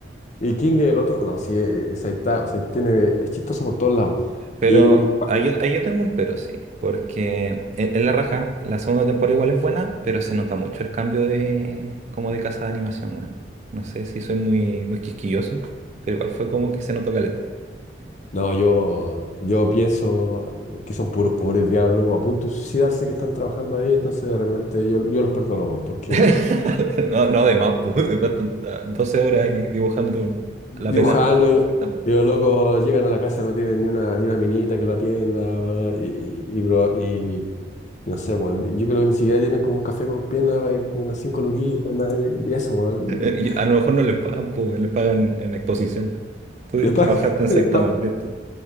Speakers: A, on the left; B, on the right.
A: Y King, el otro, no, sí, eh, Saitama, o sea, tiene, es chistoso por todos lados.
B: Pero
A: Y mm,
B: ahí yo, ahí yo tengo un pero, sí. Porque en, en La Raja, la segunda temporada igual es buena, pero se nota mucho el cambio de como de casa de animación, weón. No sé si soy muy, muy quisquilloso, pero igual fue como que se notó caleta.
A: no, yo, yo pienso que son puros pobres diablos a punto de suicidarse que están trabajando ahí, entonces de repente yo, yo los perdono, weón, porque
B: <laughs> No, no, de más, pues, de más tanta- 12 horas ahí dibujando un-
A: dibujando
B: la pelada. que
A: y,
B: Estamos.
A: y los locos llegan a la casa, no tienen ni una, ni una minita que lo atienda, weón, y, y, y bro- y- no sé, weón, yo creo que ni siquiera tienen como un café con piernas, va a ir con unas cinco luquitas, nada, y eso, weón.
B: Eh, y a lo mejor no les pagan, pues, les pagan en exposición. Tú
A: Les pagan,
B: trabajaste en Saitama,
A: <laughs>
B: listo.